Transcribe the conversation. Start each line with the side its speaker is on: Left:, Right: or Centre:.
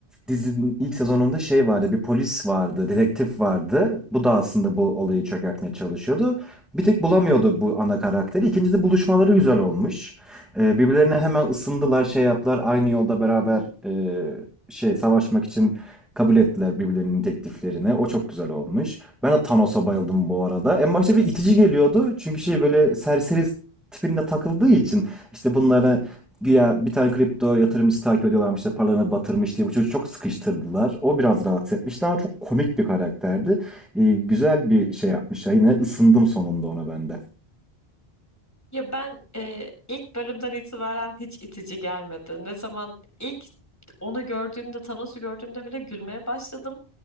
Centre: dizinin ilk sezonunda şey vardı, bir polis vardı, dedektif vardı. Bu da aslında bu olayı çökertmeye çalışıyordu. Bir tek bulamıyordu bu ana karakteri. İkincisi buluşmaları güzel olmuş. Ee, birbirlerine hemen ısındılar, şey yaptılar. Aynı yolda beraber e, şey savaşmak için kabul ettiler birbirlerinin tekliflerini. O çok güzel olmuş. Ben de Thanos'a bayıldım bu arada. En başta bir itici geliyordu. Çünkü şey böyle serseri tipinde takıldığı için işte bunlara güya bir tane kripto yatırımcısı takip ediyorlarmış işte paralarını batırmış diye bu çocuğu çok sıkıştırdılar. O biraz rahatsız etmişti ama çok komik bir karakterdi. Ee, güzel bir şey yapmış. Yine ısındım sonunda ona ben de.
Left: Ya ben e, ilk bölümden itibaren hiç itici gelmedi. Ne zaman ilk onu gördüğümde, Thanos'u gördüğümde bile gülmeye başladım.